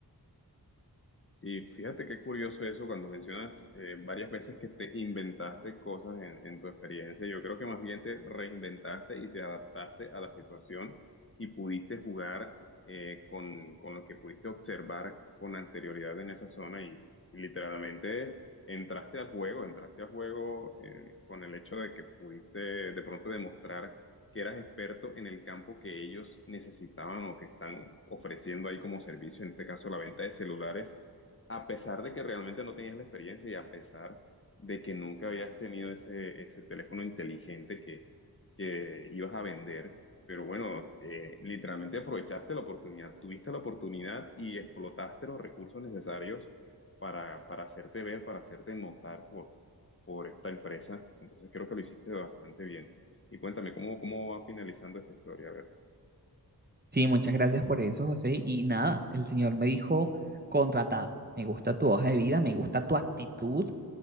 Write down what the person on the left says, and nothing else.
Y fíjate qué curioso eso cuando mencionas eh, varias veces que te inventaste cosas en, en tu experiencia. Yo creo que más bien te reinventaste y te adaptaste a la situación y pudiste jugar eh, con, con lo que pudiste observar con anterioridad en esa zona y, y literalmente entraste al juego, entraste al juego eh, con el hecho de que pudiste de pronto demostrar que eras experto en el campo que ellos necesitaban o que están ofreciendo ahí como servicio, en este caso la venta de celulares a pesar de que realmente no tenías la experiencia y a pesar de que nunca habías tenido ese, ese teléfono inteligente que, que ibas a vender. Pero bueno, eh, literalmente aprovechaste la oportunidad, tuviste la oportunidad y explotaste los recursos necesarios para, para hacerte ver, para hacerte notar por, por esta empresa. Entonces creo que lo hiciste bastante bien. Y cuéntame, ¿cómo, cómo va finalizando esta historia? A ver.